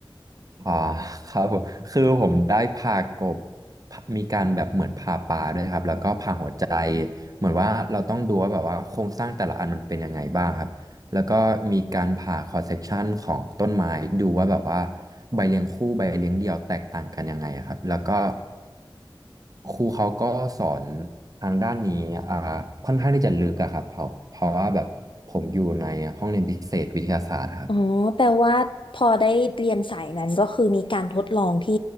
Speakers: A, on the right; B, on the left.
A: อ่าครับผมคือผมได้พากบพามีการแบบเหมือนผ่าปลาด้วยครับแล้วก็ผ่าหัวใจเหมือนว่าเราต้องดูว่าแบบว่าโครงสร้างแต่ละอันมันเป็นยังไงบ้างครับแล้วก็มีการผ่าคอสเซกชันของต้นไม้ดูว่าแบบว่าใบเลี้ยงคู่ใบเลี้ยงเดี่ยวแตกต่างกันยังไงครับแล้วก็ครูเขาก็สอนทางด้านนี้อ่าค่อนข้างที่จะลึกอะครับเพราะเพราะว่าแบบผมอยู่ในห้องเรียนพิเศษวิทยาศาสตร์ครับ
B: อ๋อแปลว่าพอได้เรียนสายนั้นก็คือมีการทดลองที่